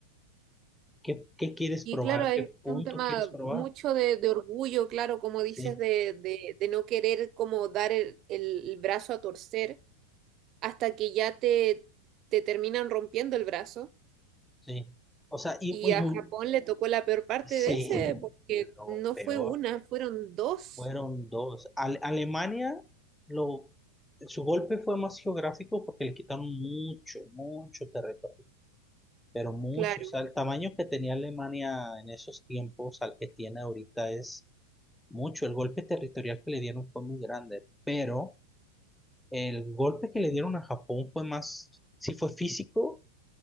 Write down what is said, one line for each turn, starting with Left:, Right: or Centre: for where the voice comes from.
Centre: ¿Qué, qué quieres
Right: Y
Centre: probar?
Right: claro, hay
Centre: ¿Qué punto
Right: un tema
Centre: quieres probar?
Right: mucho de, de orgullo, claro, como dices,
Centre: Sí,
Right: de, de, de no querer como dar el, el brazo a torcer hasta que ya te, te terminan rompiendo el brazo.
Centre: sí. O sea, y
Right: Y
Centre: muy,
Right: a
Centre: muy,
Right: Japón le tocó la peor parte
Centre: sí,
Right: de ese, porque
Centre: lo
Right: no
Centre: peor
Right: fue una, fueron dos.
Centre: fueron dos. Ale- Alemania, lo, su golpe fue más geográfico porque le quitaron mucho, mucho territorio, pero mucho.
Right: Claro,
Centre: O sea, el tamaño que tenía Alemania en esos tiempos al que tiene ahorita es mucho. El golpe territorial que le dieron fue muy grande, pero el golpe que le dieron a Japón fue más, sí fue físico,